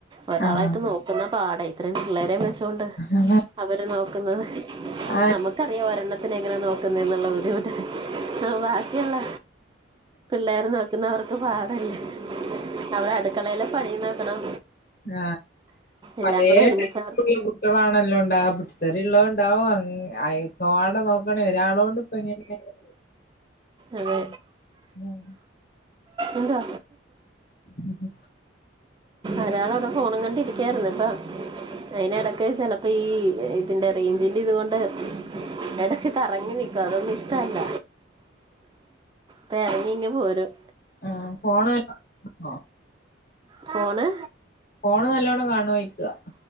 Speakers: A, on the right; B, on the left.
A: ഒരാളായിട്ട്
B: ആഹ് ആഹ്
A: നോക്കുന്ന പാടെ ഇത്രയും പിള്ളേരെ വെച്ചൊണ്ട്
B: ആഹ് ആഹ്
A: അവര് നോക്കുന്നത്
B: ആഹ്
A: നമുക്കറിയാം ഒരെണ്ണത്തിനെ എങ്ങനെ നോക്കുന്നത് എന്നുള്ള ബുദ്ധിമുട്ട് <unintelligible> ഇനിയുള്ള പിള്ളേർ നോക്കുന്നവർക്ക് പാടല്ലേ അവർ അടുക്കളലും പണിയും നോക്കണം
B: ആഹ്
A: എല്ലാം
B: പഴയ
A: കൂടെ ഒരുമിച്ച് അവർക്ക്
B: <unintelligible> കുട്ടിളാണല്ലോ ഉണ്ടാക പൊട്ടിത്തെറിള്ളതും ഇണ്ടാകും അൻ ഒക്കമ്പാടെ നോക്കണ്ടെ ഒരാളൊ <unintelligible>
A: അതെ എന്താ
B: മ്മ്ഹ്
A: ഒരാള് ഇവിടെ ഫോണും കണ്ടിരിക്കായിരുന്നു ഇപ്പം അയ്ന് ഇടക്ക് ചെലപ്പോ ഈ ഇതിന്റെ റേഞ്ചിന്റെ ഇത് കൊണ്ട് എടക്ക് കറങ്ങി നിക്കും അതൊന്നു ഇഷ് ടല്ല പ്പ എറങ്ങി ഇങ്ങ് പോരും
B: ആ ഫോണ് നല്ലോണം എടുക്കോ
A: ഫോണ്
B: ഫോണ് നല്ലോണം കാണോയിക്ക